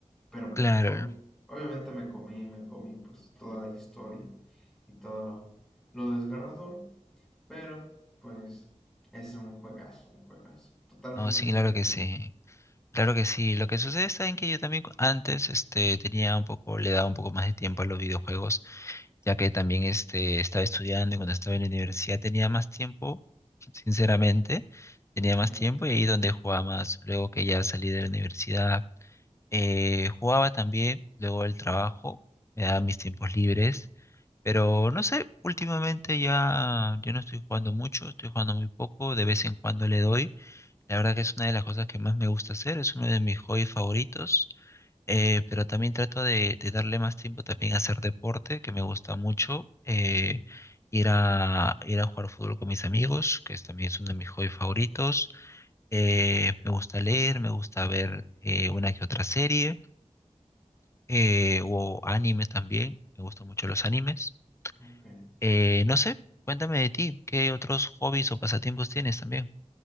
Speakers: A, in the centre; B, on the left.
A: Pero
B: Claro,
A: ob- obviamente me comí, me comí pues toda la historia y todo lo, lo desgarrador, pero pues es un juegazo, un juegazo, totalmente
B: no, sí,
A: una experiencia.
B: claro que sí. Claro que sí. Lo que sucede está en que yo también cu- antes este, tenía un poco, le daba un poco más de tiempo a los videojuegos ya que también este, estaba estudiando y cuando estaba en la universidad tenía más tiempo, sinceramente, tenía más
A: Ya,
B: tiempo y ahí donde jugaba más. Luego que ya salí de la universidad, eh, jugaba también, luego el trabajo, me daba mis tiempos libres, pero no sé, últimamente ya yo no estoy jugando mucho, estoy jugando muy poco, de vez en cuando le doy. La verdad que es una de las cosas que más me gusta hacer, es uno de mis hobbies favoritos. Eh, pero también trato de, de darle más tiempo también a hacer deporte, que me gusta mucho. eh, ir a, ir a jugar fútbol con mis amigos, que es, también es uno de mis hobbies favoritos. eh, me gusta leer, me gusta ver eh, una que otra serie eh, o anime también. Me gustan mucho los animes.
A: ok.
B: Eh, no sé, cuéntame de ti, ¿qué otros hobbies o pasatiempos tienes también?